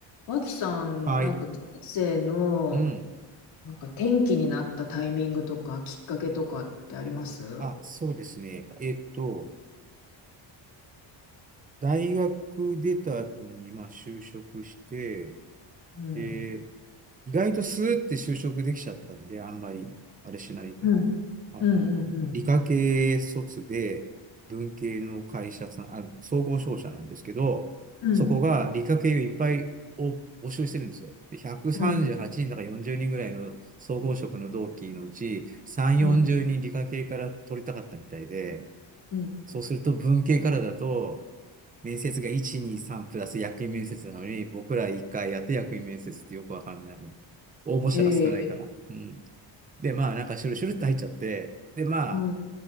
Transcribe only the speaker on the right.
はい。うん。
あ、そうですね。えっと、大学出た後に、まあ、就職して、
え意外とスーって就職できちゃったんで、あんまり、あれしないで。
あの、
理科系卒で、文系の会社さん、あの、総合商社なんですけど、
そこが理科系をいっぱいを募集してるんですよ。で、138人だか40人ぐらいの総合職の同期のうち、
3、40人理科系から取りたかったみたいで、
そうすると文系からだと、面接が1、2、3プラス役員面接なのに、僕ら1回やって役員面接ってよくわかんないの。応募者が少ないから。
うん。で、まあなんかシュルシュルって入っちゃって、で、まあ、